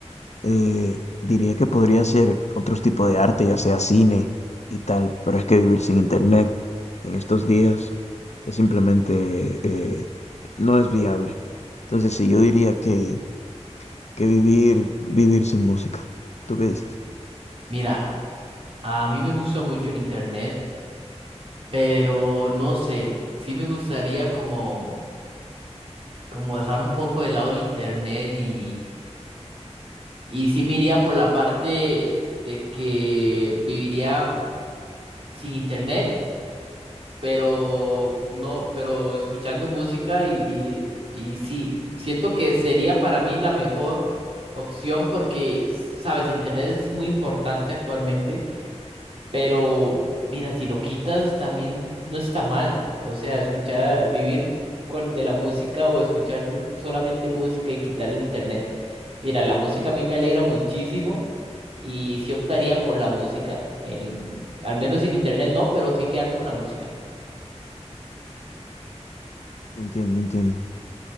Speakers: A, on the left (about 75°); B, on the right (about 55°).
A: Eh, diría que podría hacer otros tipos de arte, ya sea cine y tal, pero es que vivir sin internet en estos días es simplemente eh, no es viable. Entonces, sí, yo diría que, que vivir, vivir sin música. ¿Tú qué dices?
B: Mira, a mí me gusta mucho el internet, pero no sé, sí me gustaría como, como dejar un poco de lado el internet y... Y sí me iría por la parte de que viviría sin internet, pero no, pero escuchando música y, y, y sí, siento que sería para mí la mejor opción porque, sabes, el internet es muy importante actualmente pero mira, si lo quitas también no está mal. O sea, escuchar, vivir con, de la música o escuchar solamente música y quitar el internet. Mira, la música a mí me alegra muchísimo y sí optaría por la música. En, al menos sin internet no, pero sí quedarme con la música.
A: Entiendo, entiendo.